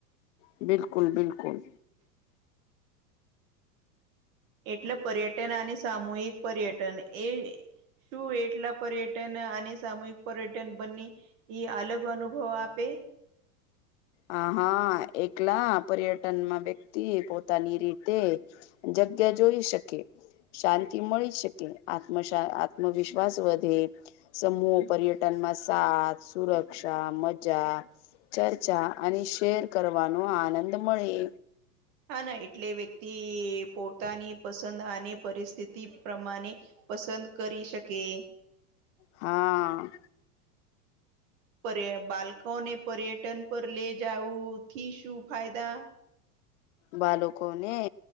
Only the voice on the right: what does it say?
એટલે પર્યટન અને સામૂહિક પર્યટન એ શું એટલા પર્યટન અને સામૂહિક પર્યટન બને અલગ અનુભવ આપે.
હા ના એટલે વ્યક્તિ પોતાની પસંદ અને પરિસ્થિતિ પ્રમાણે પસંદ કરી શકે.
પર બાળકોને પર્યટન પર લે જાવુંથી શું ફાયદા?